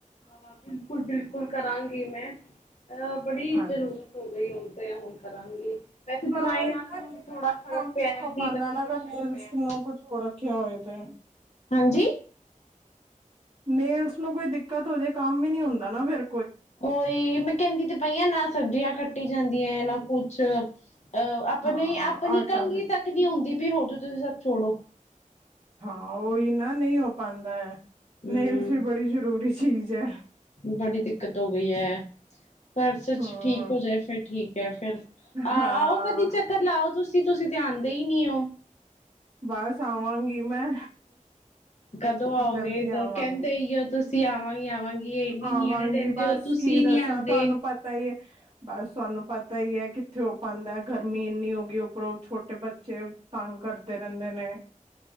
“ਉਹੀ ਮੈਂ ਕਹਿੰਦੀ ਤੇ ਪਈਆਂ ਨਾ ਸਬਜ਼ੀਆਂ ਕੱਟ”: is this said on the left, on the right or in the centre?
Left